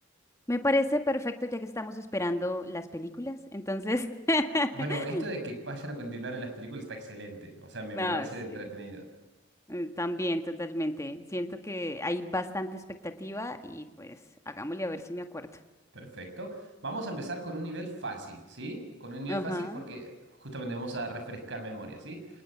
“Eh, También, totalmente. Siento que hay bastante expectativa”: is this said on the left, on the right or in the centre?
Left